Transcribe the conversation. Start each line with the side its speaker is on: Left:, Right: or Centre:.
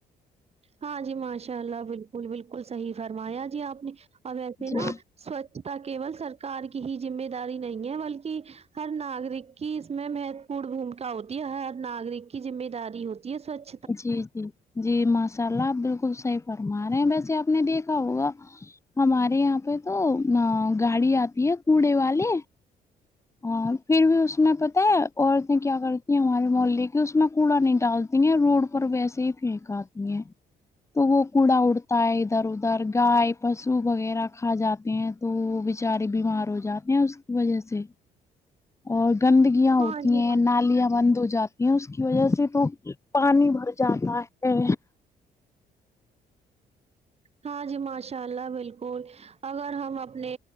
Right: ہاں جی ماشاء اللہ بالکل بالکل صحیح فرمایا جی آپ نے اور ویسے
Left: جی
Right: نا سوچھتا کیول سرکار کی ہی ذمہ داری نہیں ہے بلکہ ہر ناگرک کی اس میں مہتو پورن بھومکا ہوتی ہے ہر ناگرک کی ذمہ داری ہوتی ہے سوچھ
Left: جی جی جی ماشاء اللہ آپ بالکل صحیح فرما رہے ہیں ویسے آپ نے دیکھا ہوگا ہمارے یہاں پہ تو گاڑی آتی ہے کوڑے والے ہاں پھر بھی اس میں پتاہ ہے عورتیں کیا کرتی ہیں ہمارے محلے کی اس میں کوڑا نہیں ڈالتی تی ہیں روڈ پر ویسے ہی پھینک آتی ہیں تو وہ کوڑا اڑتا ہے ادھر ادھر گائے پشو وغیرہ کھا جاتے ہیں تو وہ بیچارے بیمار ہو جاتے ہیں اس کی وجہ سے اور گندگیاں ہوتی
Right: ہاں جی
Left: ہیں نالیاں بند ہو جا ی اس کی وجہ سے تو پانی بھر جاتا ہے
Right: ہاں جی ماشاء اللہ بالکل اگر ہم اپنے